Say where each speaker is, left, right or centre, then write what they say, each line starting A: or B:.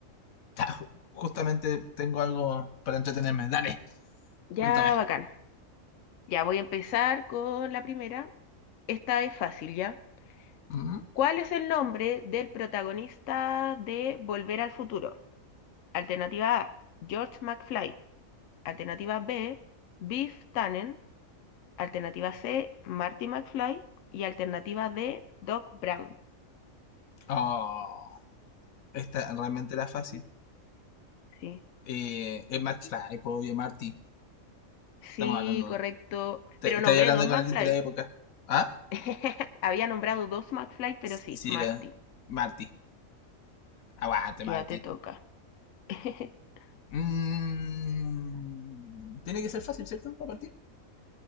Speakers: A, on the left; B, on the left.
A: <laughs> ta, Justamente tengo algo para entretenerme. Dale,
B: Ya,
A: cuéntame.
B: bacán. Ya voy a empezar con la primera. Esta es fácil, ¿ya?
A: Mm,
B: ¿Cuál es el nombre del protagonista de Volver al Futuro? Alternativa A, George McFly. Alternativa B, Biff Tannen. Alternativa C, Marty McFly. Y alternativa D, Doc Brown.
A: Oh, esta realmente era fácil.
B: Sí.
A: Eh, es McFly, po, obvio, Marty.
B: Sí,
A: Estamos hablando.
B: correcto.
A: Te,
B: Pero
A: estoy
B: nombré
A: hablando
B: dos
A: con
B: McFly.
A: alguien de la época. ¿Ah?
B: <laughs> Había nombrado dos McFly, pero
A: Sí,
B: sí,
A: sí,
B: Marty.
A: lo- Marty. Aguante,
B: Ya
A: Marty.
B: te toca. <laughs>
A: Mm, tiene que ser fácil, ¿cierto? Para partir.